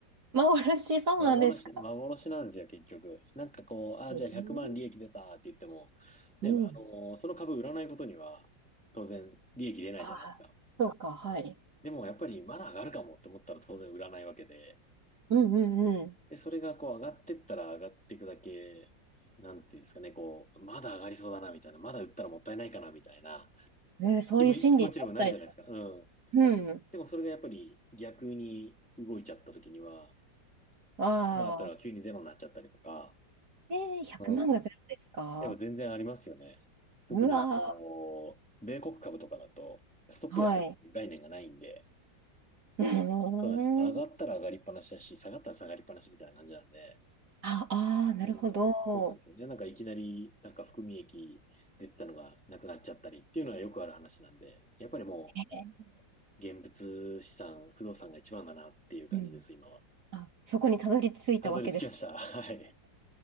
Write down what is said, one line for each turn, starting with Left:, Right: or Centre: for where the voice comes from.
Right: 幻、そうなんですか。
Centre: 幻、幻なんですよ、結局。なんかこう、ああ、
Right: ええ、
Centre: じゃあ100万利益出たって言っても、
Right: うん。
Centre: ね、あのその株売らないことには、当然利益出ないじゃないですか。
Right: ああ、そうか、はい。
Centre: でもやっぱりまだ上がるかもって思ったら当然売らないわけで、
Right: うんうんう
Centre: で、それがこう上がってったら上がっていくだけ、なんていうんですかね、こう、まだ上がりそうだなみたいな、まだ売ったらもったいないかなみたいな
Right: ん。えーそういう心理になっちゃいそ
Centre: 気分、気持ちにもなるじゃないですか。うん。
Right: う。うん。
Centre: でもそれがやっぱり逆に動いちゃった時には、
Right: ああ。
Centre: 100万あったら急にゼロになっちゃったりとか、
Right: で、100万がゼロですか
Centre: うん。やっぱ全然ありますよね。特にこう、
Right: うわ
Centre: 米国株とかだと、ストップ安っていう概念がないんで、
Right: ー、はい。<laughs> うーん。
Centre: そうなんです。上がったら上がりっぱなしだし、下がったら下がりっぱなしみたいな感じなんで、
Right: ああー、なるほど。
Centre: うん。そうなんですよね。なんかいきなり、なんか含み益出てたのがなくなっちゃったりっていうのはよくある話なんで、やっぱりも
Right: えー
Centre: う現物資産、不動産が一番だなっていう感じです、
Right: うん。
Centre: 今は。
Right: あ、そこにたどり着いたわけです
Centre: たどり着きました。<laughs> はい。